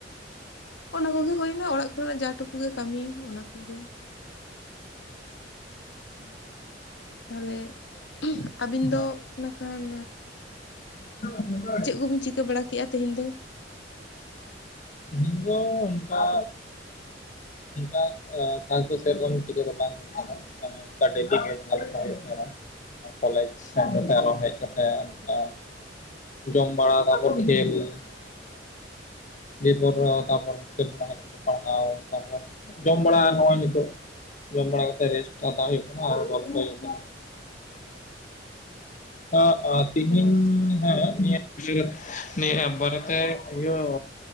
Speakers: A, on the left; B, on the left.
A: ᱚᱱᱟ ᱠᱚᱜᱮ ᱦᱩᱭᱱᱟ ᱚᱲᱟᱜ ᱠᱚᱨᱮᱱᱟᱜ ᱡᱟ ᱴᱩ ᱴᱩ ᱜᱮ ᱠᱟᱹᱢᱤ ᱚᱱᱟ ᱠᱚᱜᱮ ᱾ <inaudible> ᱛᱟᱦᱚᱞᱮ ᱟᱹᱵᱤᱱ ᱫᱚ
B: ᱦᱮᱸ
A: ᱱᱟᱠᱷᱟᱱ
B: <inaudible>
A: ᱪᱮᱫ ᱠᱚᱵᱤᱱ ᱪᱤᱠᱟᱹ ᱵᱟᱲᱟ ᱠᱮᱜᱼᱟ ᱛᱮᱦᱮᱧ ᱫᱚ?
B: ᱛᱮᱦᱤᱧ ᱫᱚ ᱚᱱᱠᱟ ᱚᱱᱠᱟ ᱠᱷᱟᱥ ᱫᱚ ᱥᱮᱨᱚᱠᱚᱢ ᱪᱤᱠᱟᱹ ᱫᱚ ᱵᱟᱝ ᱦᱩᱭ ᱟᱠᱟᱱᱟ ᱾ ᱚᱱᱠᱟ ᱰᱮᱞᱤ ᱜᱮ ᱡᱟᱦᱟ ᱞᱮᱠᱟ ᱦᱩᱭᱩᱜ ᱛᱟᱦᱮᱱᱟ ᱾ ᱚᱱᱟ ᱠᱚᱞᱮᱡᱽ ᱥᱮᱱ ᱠᱟᱛᱮᱜ ᱟᱨᱚ ᱦᱮᱡ ᱠᱟᱛᱮᱜ ᱚᱱᱠᱟ ᱡᱚᱢ ᱵᱟᱲᱟ ᱛᱟᱨᱯᱚᱨ ᱠᱷᱮᱞ ᱾ ᱫᱤᱭᱮᱯᱚᱨ ᱛᱟᱨᱯᱚᱨ ᱠᱷᱮᱞ ᱠᱷᱚᱱᱟᱜ ᱦᱮᱡ ᱠᱟᱛᱮ ᱯᱟᱲᱦᱟᱣ ᱛᱟᱨᱯᱚᱨ ᱡᱚᱢ ᱵᱟᱲᱟ ᱱᱚᱜᱼᱚᱭ ᱱᱤᱛᱚᱜ ᱡᱚᱢ ᱵᱟᱲᱟ ᱠᱟᱛᱮ ᱨᱮᱥᱴ ᱦᱟᱛᱟᱣ ᱦᱩᱭᱩᱜ ᱠᱟᱱᱟ ᱟᱨ ᱜᱚᱞᱯᱷᱚ ᱦᱩᱭᱩᱜ ᱠᱟᱱᱟ ᱾ ᱟᱪᱪᱷᱟ ᱛᱤᱦᱤᱧ
A: ᱚ ᱟᱪᱪᱷᱟ
B: ᱦᱮᱸ ᱱᱤᱭᱟᱹ <inaudible> ᱱᱤᱭᱟᱹ ᱵᱟᱨᱮ ᱛᱮ ᱤᱭᱟᱹ